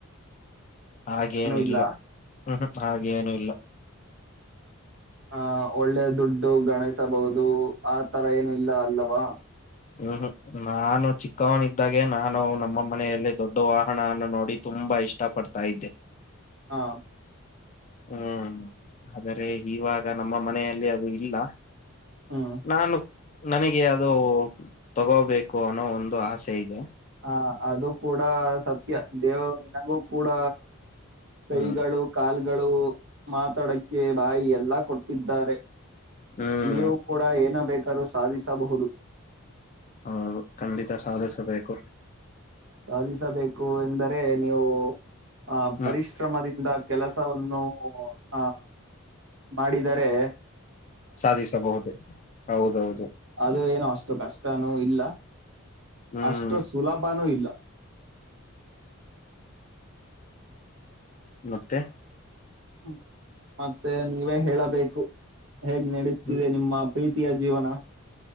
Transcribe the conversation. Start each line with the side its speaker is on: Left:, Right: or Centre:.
Left: ಆಗೇನಿಲ್ಲ
Right: ಇಲ್ಲ
Left: ಹ್ಮ್ ಹಾಗೆ ಏನು ಇಲ್ಲ
Right: ಆ ಒಳ್ಳೆ ದುಡ್ಡು ಗಣಿಸಬಹುದು ಆ ತರ ಏನು ಇಲ್ಲ ಅಲ್ಲವಾ
Left: ಹ್ಮ್ ಹ್ಮ್ ನಾನು ಚಿಕ್ಕವನಿದ್ದಾಗೆ ನಾನು ನಮ್ಮ ಮನೆಯಲ್ಲಿ ದೊಡ್ಡ ವಾಹನನ್ನ ನೋಡಿ ತುಂಬಾ ಇಷ್ಟ ಪಡ್ತಾ ಇದ್ದೆ
Right: ಹಾ
Left: ಹ್ಮ್ ಆದರೆ ಇವಾಗ ನಮ್ಮ ಮನೆಯಲ್ಲಿ ಅದು ಇಲ್ಲ
Right: ಹ್ಮ್
Left: ನಾನು ನನಗೆ ಅದು ತಗೋಬೇಕು ಅನ್ನೋ ಒಂದು ಆಸೆ ಇದೆ
Right: ಹ ಅದು ಕೂಡ ಸತ್ಯ ದೇವರು ನಿನಗೂ ಕೂಡ ಕೈಗಳು
Left: ಹ್ಮ್
Right: ಕಾಲ ಗಳು ಮಾತಾಡಕ್ಕೆ ಬಾಯಿ ಎಲ್ಲಾ ಕೊಟ್ಟಿದ್ದಾರೆ
Left: ಹ್ಮ್
Right: ನೀವು ಕೂಡ ಏನ ಇತರ ಸಾಧಿಸಬಹುದು
Left: ಹೌದು ಖಂಡಿತ ಸಾಧಿಸಬೇಕು
Right: ಸಾಧಿಸಬೇಕು ಎಂದರೆ ನೀವು ಆ
Left: ಹ್ಮ್
Right: ಪರಿಶ್ರಮದಿಂದ ಕೆಲಸವನ್ನು ಆ ಮಾಡಿದರೆ
Left: ಸಾಧಿಸಬಹುದು ಹೌದೌದು
Right: ಅದು ಏನು ಅಷ್ಟ ಅಷ್ಟು ಕಷ್ಟನು ಇಲ್ಲ
Left: ಹ್ಮ್
Right: ಅಷ್ಟು ಸುಲಭಾನೂ ಇಲ್ಲ <inaudible>
Left: ಮತ್ತೆ
Right: ಹ್ಮ ಮತ್ತೆ ನೀವೇ ಹೇಳಬೇಕು ಹೇಗ್ ನಡೀತಿದೆ
Left: ಹ್ಮ್,
Right: ನಿಮ್ಮ ಪ್ರೀತಿಯ ಜೀವನ